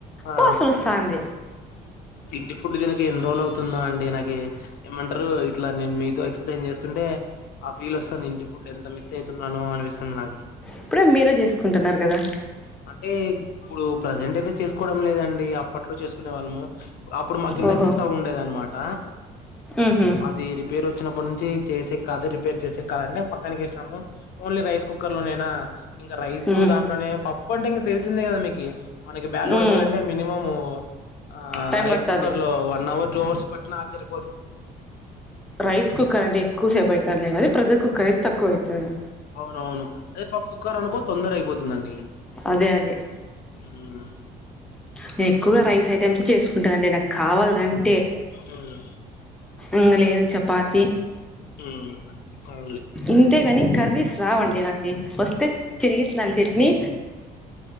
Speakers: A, on the left; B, in the centre.
A: ఆ
B: వాసన వస్తాంది
A: ఇంటి ఫుడ్డు తినక ఎన్ని రోజులు అవుతు. తున్నా అండి నాకు ఏమంటారు ఇట్లా నేను మీతో ఎక్స్ప్లెయిన్ చేస్తుంటే ఆ ఫీల్ వస్తుంది ఇంటి ఫు. ఫుడ్ ఎంత మిస్ అయితున్నానో అనిపిస్తుంది నాకి.
B: ఇప్పుడే మీరే చేసుకుంటున్నారు కదా
A: అంటే ఇప్పుడు ప్రజెంట్ అయితే చేసుకోవడం లేదం. అప్పట్లో చేసుకునే వాళ్ళము అప్పుడు మాకు ఇండక్షన్
B: ఓహో
A: స్టవ్ ఉండేది అనమాట.
B: ఉహు
A: అది రిపేర్ వచ్చినప్పటి నుంచి చేసేకి కాదు రిపేర్ చేసే. కాదులే పక్కనకిసినాము ఓన్లీ రైస్ కుక్కర్ లోనేనా ఇంకా రైస్
B: ఉమ్
A: దాంట్లోనే పప్పు అంటే. తెలిసిందే కదా మీకి. మనకి బ్యాల్ ఉడకాలంటే
B: ఉమ్
A: మినిమం ఆ
B: టైం
A: రైస్
B: పడుతది
A: కుక్కర్ లో వన్ అవర్ టూ అవర్స్ పట్టిన ఆశ్చర్.
B: రైస్ కుక్కర్ అంటే ఎక్కువ సేపు అయితాదిలేండి
A: ఆ
B: అదే ప్రెజర్ కుక్కర్ అయితే తక్కువ అయితాది.
A: అవునవును అదే పప్పు కుక్కర్ అనుకో తొందరగ అయిపోతుందండి.
B: అదే అదే
A: మ్మ్
B: నేను ఎక్కువగా రైస్ ఐటమ్స్ చేసుకుంటా. అంటే నాకు కావాలంటే
A: మ్మ్
B: ఇంగ లేదు చపాతి.
A: ఉమ్ అ.
B: ఇంతేగాని కర్రీస్ రావండి నాకు వస్తే చనిగిత్తనాల చెట్ని.